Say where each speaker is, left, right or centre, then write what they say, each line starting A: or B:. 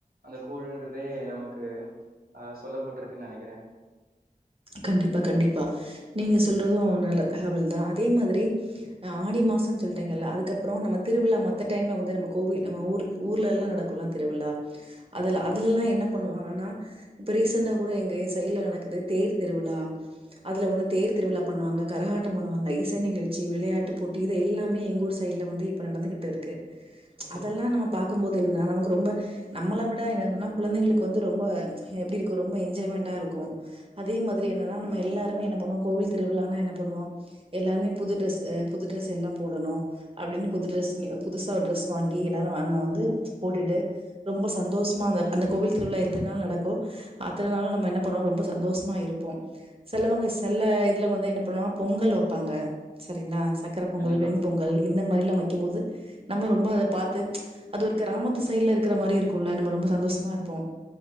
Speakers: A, on the right (about 85°); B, on the right (about 40°).
A: அந்த கூழுன்றதே நமக்கு அ சொல்லபட்ருக்குன் நெனைக்கிறே
B: கண்டிப்பா கண்டிப்பா நீங்க சொல்றது நல்ல தகவல் தா அதே மாத்ரி ஆடி மாசன் சொல்ட்டேங்கல்ல அதுக்கப் ப்புறோ நம்ம திருவிழா மத்த டைம்ல வந்து நம்ம கோவில் நம்ம ஊருக் ஊர்லேல்லா நடக்குல்ல திருவிழா அதுல அதுல எல்லா என்ன பண்ணுவாங்கனா இப்ப ரீசெண்டா கூட எங்க எ சைட்ல நடக்குது தேர் திருவிழா அதுல தேர் திருவிழா பண்ணுவாங்க கரகாட்டம் பண்ணுவாங்க இசை நிகழ்ச்சி விளையாட்டு போட்டி இது எல்லாமே எங் ஊர் சைட்ல வந்தி இப்ப நடந்துகிட் இருக்கு
A: ஓகே
B: அதெல்லா நாம பாக்கும்போது இருந்தா நமக் ரொம்ப நம்மள விட என்ன பண்ணு குழந்தைங்களுக்கு வந்து ரொம்ப எப்டி இருக்கு ரொம்ப என்ஜாய்மெண்டா இருக்கு அதே மாத்ரி என்னன்னா நம்ம எல்லாருமே என்ன பண்ணுவோ கோவில் திருவிழான்னா என்ன பண்ணுவோ எல்லாருமே புது ட்ரெஸ் அ புது ட்ரெஸ் எல்லா போடணு அப்டின் புது ட்ரெஸ் நி அ புதுசா ஒரு ட்ரெஸ் வாங்கி எல்லாரு அங்க வந்து போட்டுட்டு ரொம்ப சந்தோஸ்மா <unintelligible> அந்த கோவில் திருவிழா எத்தன் நாள் நடக்கோ அத்தன் நாளு நம்ம என்ன பண்ணுவோ ரொம்ப சந்தோஸ் இருப்போ சிலவங்க செல்ல இதுல வந்து என்ன பண்ணா பொங்கல் வைப்பாங்க சரிங்ளா சக்கர பொங்கல்
A: கண்டிப்பா
B: வெண்பொங்கல் இந்த மாரிலா வெக்கும்போது நம்ப ரொம்ப அத பாத்து அது ஒரு கிராமத்து சைட்ல இருக்கிற மாரி இருக்கும்ல நம்ம ரொம்ப சந்தோஷமா இருப்போ